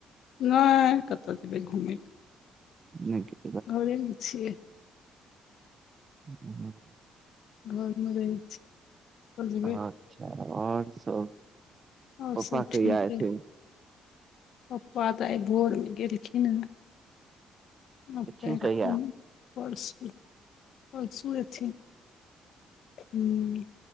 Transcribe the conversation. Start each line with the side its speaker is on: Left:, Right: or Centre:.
Left: नहि कतय जेबै घुमय
Right: नहि <unintelligible>
Left: घरेमे छियै
Right: ह
Left: घर मे रहै छी जेबै
Right: अच्छा आओर सब
Left: आओर
Right: पप्पा
Left: सब ठीक
Right: कहि आएथि
Left: अइ पप्पा तऽ आइ भोरमे गेलखिन हेँ आ
Right: एथिन
Left: कलखन
Right: कहिया
Left: परसू परसू अथिन हँ